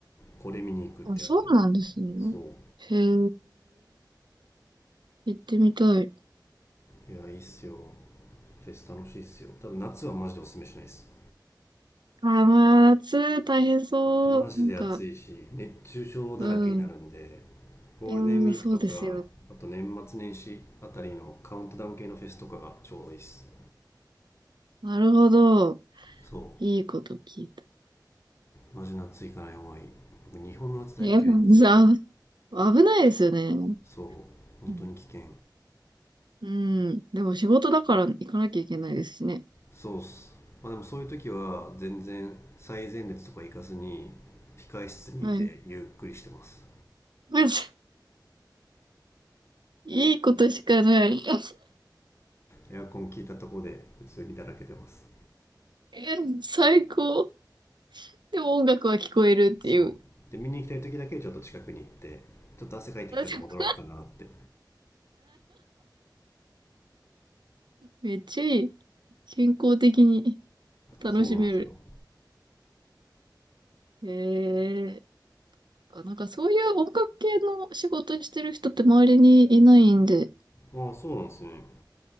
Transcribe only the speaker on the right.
あ、そうなんですね。
へえ、行ってみたい。
あー、まあ、夏大変そう。
なんか、
うん。
うん、そうですよね。
なるほど。
いいこと聞いた。
え、じゃあ、危ないですよね。う
ん。うんでも仕事だから行かなきゃいけないですしね。
はい。<laughs> まずいいことしかない。<laughs>
え、最高。でも音楽は聞こえるっていう。
<laughs> めっちゃいい。健康的に楽しめる。
へえ。かなんかそういう音楽系の仕事してる人って周りにいないんで、